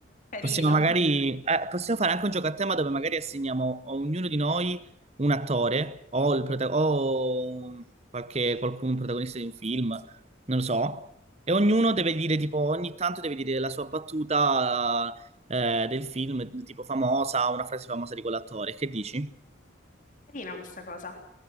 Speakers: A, on the left; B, on the right.
A: carino.
B: Possiamo magari... eh, possiamo fare anche un gioco a tema dove magari assegniamo a ognuno di noi un attore o, il prota- o
A: Mhm.
B: qualche, qualcuno, un protagonista di un film, non lo so. E ognuno deve dire, tipo, ogni tanto deve dire la sua battuta eh, del film, tipo famosa, una frase famosa di quell'attore. Che dici?
A: Carina questa cosa.